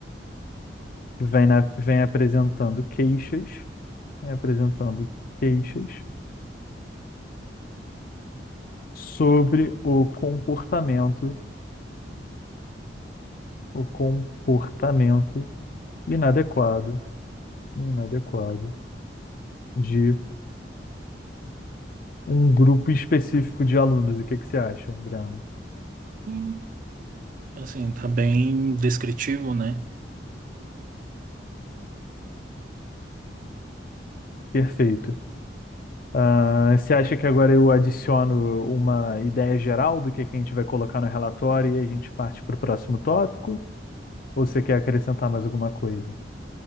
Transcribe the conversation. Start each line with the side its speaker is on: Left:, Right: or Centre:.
Left: vêm, na- vêm apresentando queixas, vêm apresentando queixas sobre o comportamento, o comportamento inadequado, inadequado de um grupo específico de alunos. O que que você acha, Brando?
Right: Sim, assim, tá bem descritivo, né?
Left: Perfeito. Ah, você acha que agora eu adiciono uma ideia geral do que que a gente vai colocar no relatório e a gente parte para o próximo tópico? Ou você quer acrescentar mais alguma coisa?